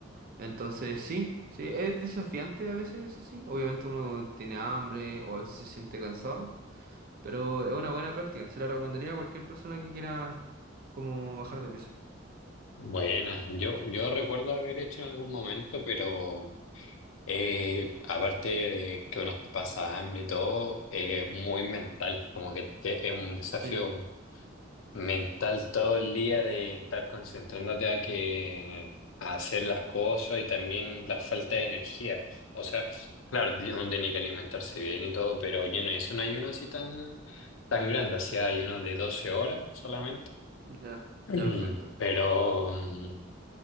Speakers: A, on the right; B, on the left.
A: Entonces, sí, sí, es desafiante a veces, eso sí. Obviamente uno tiene hambre o a veces se siente cansado, pero es una buena práctica. Se la recomendaría a cualquier persona que quiera como bajar de peso.
B: buena. Yo, yo recuerdo haber hecho en algún momento, pero Eh, aparte de que uno te pasa hambre y todo, es muy mental, como que te- es un desafío
A: Sí,
B: mental todo el día de estar concentrándote a que a hacer las cosas y también la falta de energía. O sea, claro, uno tiene que alimentarse bien y todo, pero yo no hice un ayuno así tan, tan grande, hacía ayuno de 12 horas solamente,
A: ya,
B: <clears throat>
A: ya, perfecto.
B: pero mm,